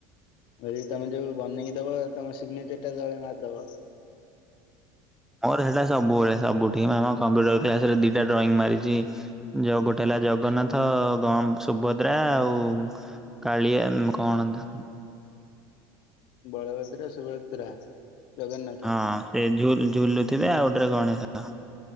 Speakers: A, on the left; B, in the centre.
A: ଏ ତମେ ଯୋଉ ବନେଇକି ଦବ ତମ ସିଗ୍ନେଚର ଟା ତଳେ ମାରିଦବ।
B: ମୋର ସେଟା ସବୁବେଳେ ସବୁ ଠି ଆମ କମ୍ପ୍ୟୁଟର କ୍ଲାସରେ ଦିଟା ଡ୍ରଇଂ ମାରିଛି ଯ ଗୋଟେ ହେଲା ଜଗନ୍ନାଥ ଗ ସୁଭଦ୍ରା ଆଉ କାଳିଆ ଉଁ କଣା ଧା
A: ବଳଭଦ୍ର ସୁଭଦ୍ରା ଜଗନ୍ନାଥ
B: ହଁ ସେ ଝୁଲ ଝୁଲୁଥିବେ ଆଉ ଗୋଟେ ଗଣେଶ।